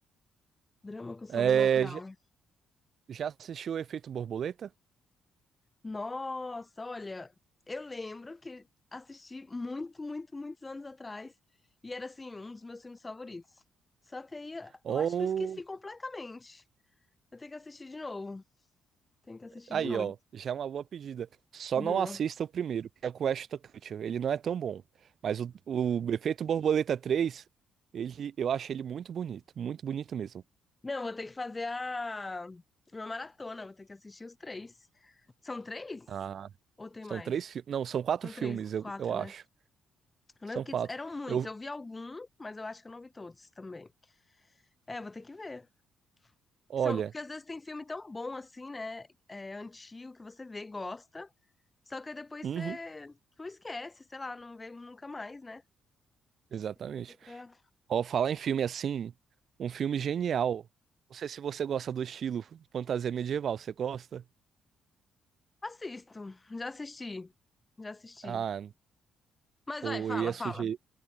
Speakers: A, on the left; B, on the right.
A: Drama com
B: É,
A: sobrenatural.
B: já já assistiu o Efeito Borboleta?
A: Nossa, olha, eu lembro que assisti muito, muito, muitos anos atrás e era assim, um dos meus filmes favoritos. Só que aí
B: Ou.
A: eu acho que eu esqueci completamente. Eu tenho que assistir de novo. Tenho que assistir
B: Aí,
A: de novo.
B: ó, já é uma boa pedida. Só
A: Boa.
B: não assista o primeiro, que é com o Ashton Kutcher. Ele não é tão bom. Mas o, o Efeito Borboleta 3, ele, eu acho ele muito bonito. Muito bonito mesmo.
A: Não, vou ter que fazer a uma maratona, vou ter que assistir os três. São três?
B: Ah,
A: Ou tem
B: são
A: mais?
B: três filmes. Não, são quatro
A: São
B: filmes,
A: três,
B: eu,
A: quatro,
B: eu acho.
A: né? Eu
B: São
A: lembro que
B: quatro.
A: eram muitos.
B: Eu,
A: Eu vi algum, mas eu acho que eu não vi todos também. É, vou ter que ver.
B: olha,
A: São, porque às vezes tem filme tão bom assim, né? É, antigo, que você vê, gosta. Só que aí depois
B: uhum,
A: você tu esquece, sei lá, não vê nunca mais, né?
B: exatamente.
A: Tem que ver pra-
B: Ó, falar em filme assim, um filme genial. Não sei se você gosta do estilo fantasia medieval, você gosta?
A: Assisto, já assisti, já assisti.
B: Ah,
A: Mas
B: pô,
A: vai, fala,
B: eu ia
A: fala.
B: sugerir,